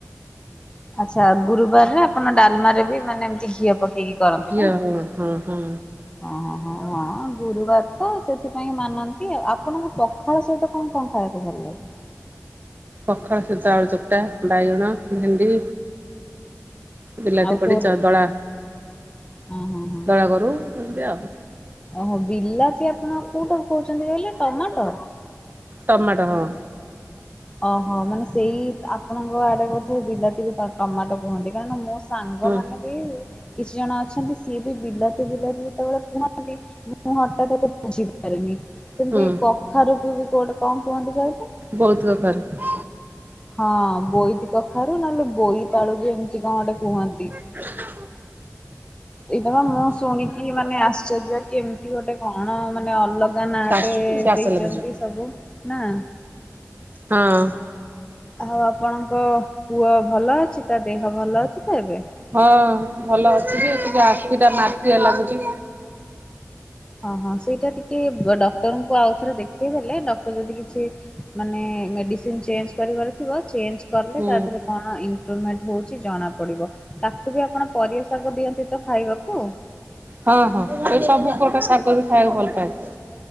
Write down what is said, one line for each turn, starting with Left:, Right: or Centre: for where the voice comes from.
Left: ଆଚ୍ଛା ଗୁରୁବାରରେ ଆପଣ ଡ଼ାଲମାରେ ବି ମାନେ ଏମିତି ଘିଅ ପକେଇ କରନ୍ତି
Right: ଘିଅ
Left: ନାଁ?
Right: ହଁ ହଁ ହଁ
Left: ହଁ ହଁ ଆ ଗୁରୁବାର ତ ସେଥିପାଇଁ ମାନନ୍ତି ଆଉ ଆପଣଙ୍କୁ ପ ଖାଳ ସହିତ କଁ କଣ ଖାଇବାକୁ ଭଲ ଲାଗେ?
Right: ପଖାଳ ସହିତ ଆଳୁ ଚକଟା, ବାଇଗଣ, ଭେଣ୍ଡି ବିଲାତି
Left: ଆଉ
Right: ପଡ଼ି
Left: ତୋର
Right: ଚ ଦଳା
Left: ହଁ ହଁ ହଁ।
Right: ଦଳା କରୁ ଏମିତି ଆଉ।
Left: ଓହୋ ବିଲାତି ଆପଣ କୋଉଟାକୁ କୋହୁଚନ୍ତି କହିଲେ ଟମାଟୋ?
Right: ଟମାଟ ହଁ।
Left: ଅହ ମାନେ ସେଇ ଆପଣଙ୍କ ଆଡ଼େ ବୋଧେ ବିଲାତିକୁ ତ ଟମାଟୋ କୁହନ୍ତି କାରଣ ମୋ ସ୍ ସାଙ୍ଗମାନେ
Right: ହୁଁ
Left: ବି କିଛି ଜଣ ଛନ୍ତି ସିଏ ବି ବିଲାତି ବିଲାତି ଯେତବେଳେ କୁହନ୍ତି ମୁଁ ହଠାତ୍ ଏତେ ବୁଝିପାରେନି। ସେମିତି
Right: ହୁଁ
Left: କଖାରୁକୁ ବି କୋଉଟେ କଁ କୁହନ୍ତି କହିଲେ?
Right: ବୋଇତି କଖାରୁ।
Left: ହଁ ବୋଇତି କଖାରୁ ନହେଲେ ବୋଇତାଳୁ ବି ଏମିତି କଁ ଗୋଟେ କୁହନ୍ତି।
Right: ଏଠି ପ୍ରଭୁ
Left: ଏଇଟା ବା ମୁଁ ଶୁଣିକି ମାନେ ଆଶ୍ଚର୍ଯ୍ୟ କି ଏମତି ଗୋଟେ କଣ ମାନେ ଅଲ ଗା ନାଁଟେ
Right: ଶାଶୁ ଗ୍ୟାସ
Left: ଦେଇଚନ୍ତି
Right: ଲାଗୁଛି।
Left: ସବୁ ନାଁ।
Right: ହଁ।
Left: ଆଉ ଆପଣଙ୍କ ପୁଅ ଭଲ ଅଛି ତା ଦେହ ଭଲ ଅଛି ତ ଏବେ?
Right: ହଁ ଭଲ ଅଛି ଯେ ଟିକେ ଆଖିଟା ମାଟିଆ ଲାଗୁଚି।
Left: ହଁ ହଁ ସେଇଟା ଟି ଇ ବ ଡକ୍ଟରଙ୍କୁ ଆଉ ଥରେ ଦେଖେଇ ଦେଲେ ଡ଼କ୍ଟର ଯଦି କିଛି ମାନେ ମେଡ଼ିସି ଚେଞ୍ଜ୍ କରିବାର ଥିବ ଚେଞ୍ଜ୍ କଲେ
Right: ହୁଁ।
Left: ତା ଦେହରେ କଣ ଇମ୍ପ୍ରୁଭମେଣ୍ଟ୍ ହୋଉଚି ଜଣା ପଡ଼ିବ। ତାକୁ ବି ଆପଣ ପରିବା ଶାଗ ଦିଅନ୍ତି ତ ଖାଇବାକୁ?
Right: ହଁ ହଁ ସେ ସବୁ ପ୍ରକାର ଶାଗ ବି ଖାଇବାକୁ ଭଲ ପାଏ।